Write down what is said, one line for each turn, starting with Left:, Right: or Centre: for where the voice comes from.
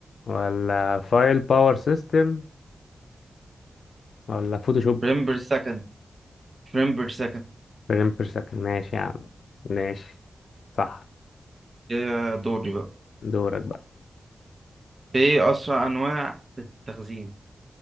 Left: ولا فايل باور سيستم ولا فوتوشوب
Right: فريم بير سكند فريم بير سكند
Left: فريم بير سكند ماشي يا عم ماشي صح
Right: يا دوري بقى
Left: دورك بقى
Right: ايه اسرع انواع التخزين